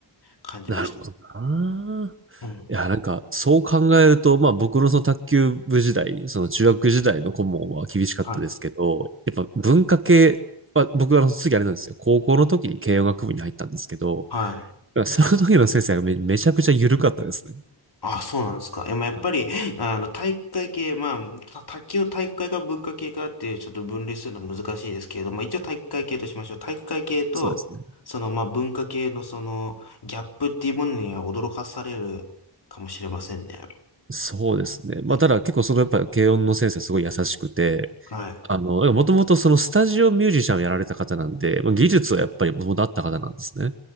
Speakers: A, on the left; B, on the right.
A: 感じました。
B: なるほどな。
A: うん。
B: いや、なんか、そう考えると、まあ僕のその卓球部時代、その中学時代の顧問は厳しかったですけど、
A: はい。
B: やっぱ文化系は、僕はあの次あれなんですよ。高校の時に慶応学部に入ったんですけど、
A: はい。
B: その時の先生がめ、めちゃくちゃ緩かったですね。
A: あ、そうなんですか。え、まあ、やっぱり、
B: あの
A: あの、体育会系、まあ、た卓球を体育会か文化系かっていうちょっと分類するの難しいですけれど、まあ、一応体育会系としましょう。体育会系と、
B: そうですね。
A: その、まあ、文化系のその、ギャップっていうものには驚かされるかもしれませんね。
B: そうですね。まあただ結構そのやっぱり慶の先生すごい優しくて、
A: ねはい。
B: あの、もともとそのスタジオミュージシャンをやられた方なんで、まあ技術はやっぱりもともとあった方なんですね。